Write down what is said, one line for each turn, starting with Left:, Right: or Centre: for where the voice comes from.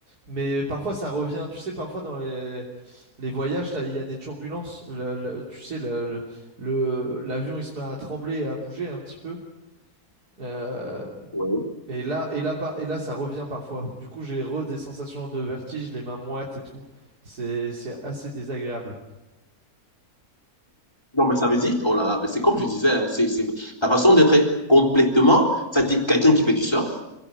Right: Mais parfois ça revient, tu sais, parfois dans les, les voyages, t'as- il y a des turbulences. Le- le- tu sais, le, le- le- l'avion il se met à trembler et à bouger un petit peu. Euh,
Left: Oui.
Right: et là, et là, par- et là, ça revient parfois. Du coup, j'ai re des sensations de vertige, les mains moites et tout. C'est, c'est assez désagréable.
Left: Non, mais ça veut dire, oh là là, mais c'est comme je disais, hein, c'est, c'est, ta façon d'être est complètement, ça dit quelqu'un qui fait du surf,